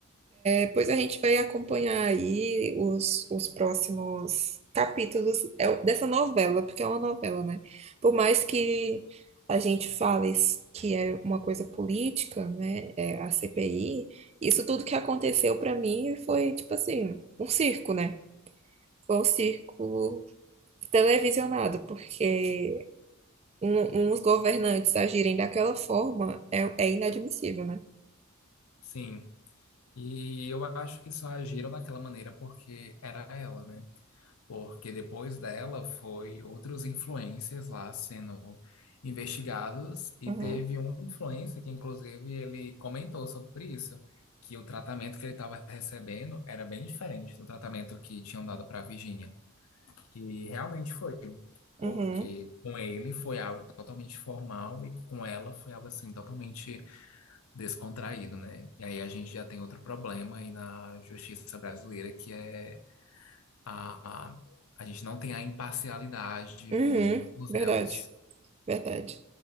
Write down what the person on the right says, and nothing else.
Depois a gente vai acompanhar aí os, os próximos capítulos é, o- dessa novela, porque é uma novela, né? Por mais que a gente fale s- que é uma coisa política, né? É a CPI, isso tudo que aconteceu pra mim foi, tipo assim, um circo, né? Foi um circo televisionado, porque um- uns governantes agirem daquela forma é, é inadmissível, né?
Uhum,
uhum,
uhum,
verdade,
verdade.